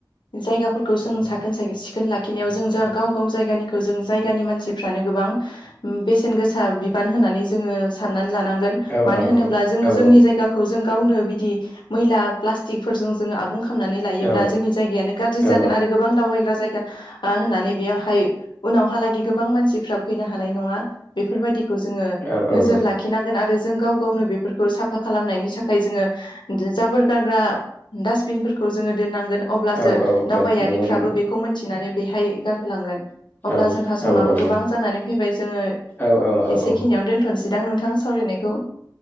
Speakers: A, on the left (about 85°); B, on the left (about 25°).
A: जायगाफोरखौ जों साखोन सिखोन लाखिनायाव जों जा गाव गाव जायगानिखौ जों जायगानि मानसिफ्रानो गोबां बेसेन गोसा बिबान होनानै जोङो साननानै लानांगोन
B: औ
A: मानो होनोब्ला
B: औ
A: जोङो
B: औ
A: जोंनि जायगाखौ जों गावनो बिदि मैला प्लाटि जो आबुं खालामनानै लायोब्ला
B: औ
A: जोंनि जायगायानो गाज्रि
B: औ
A: जागोन आरो गोबां दावबायग्रा जायगा होननानै बेयावहाय उनावहालागै गोबां मानसिफ्रा फैनो हानाय नङा बेफोरबायदि खौ जोङो
B: औ
A: नोजोर लाखिनांगोन आरो जों गाव गावनो बेफोरखौ साफा खालामनायनि सा थाखाय जोङो जाबोर गारग्रा डास्टबिनफोरखौ जोङो दोननांगोन अब्लासो
B: औ औ
A: दावबायारिफ्राबो
B: औ नंगौ नंगौ
A: बेखौ मोनथिनानै बेहाय गारगोलांगोन। अब्ला
B: औ
A: जोंहा समाबो
B: औ औ
A: गोबां जानानै फैबाय जोङो
B: औ औ औ
A: एसेखिनियावनो
B: औ
A: दोन्थ'सैदां नोंथां सावरायनायखौ?